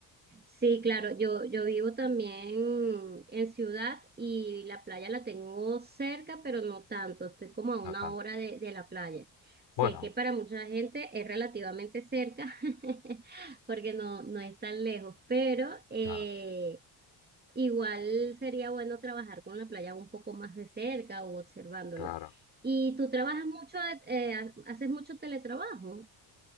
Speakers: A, on the right; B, on the left.
A: Sí, claro, yo, yo vivo también en ciudad y la playa la tengo cerca, pero no tanto, estoy como a una
B: no tanto.
A: hora de, de la playa. Sé
B: Bueno,
A: que para mucha gente es relativamente cerca, <laughs> porque no, no es tan lejos, pero eh,
B: claro,
A: igual sería bueno trabajar con la playa un poco más de cerca o observándola.
B: claro.
A: ¿Y tú trabajas mucho, eh, eh, haces mucho teletrabajo?